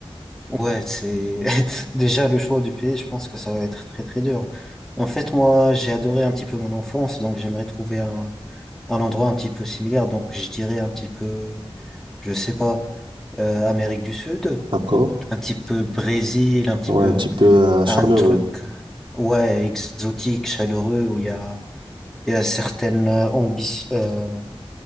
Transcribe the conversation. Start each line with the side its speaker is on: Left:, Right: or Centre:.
Centre: Ouais, c'est <laughs> déjà le choix du pays, je pense que ça va être très, très dur. En fait, moi, j'ai adoré un petit peu mon enfance, donc j'aimerais trouver un, un endroit un petit peu similaire. Donc, je dirais un petit peu. je sais pas, euh, Amérique du Sud,
Right: d'accord.
Centre: un petit peu Brésil, un petit
Right: Ouais,
Centre: peu
Right: un petit peu euh, chaleureux.
Centre: un truc, ouais, exotique, chaleureux, où il y a, il y a certaines euh, ambi- euh,